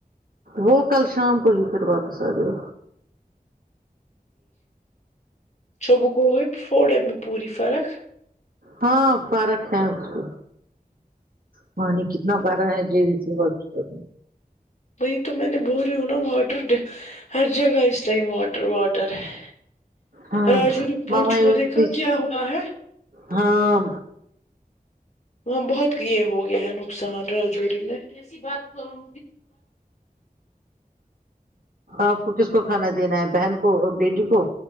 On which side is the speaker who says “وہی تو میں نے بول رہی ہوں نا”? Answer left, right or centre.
Left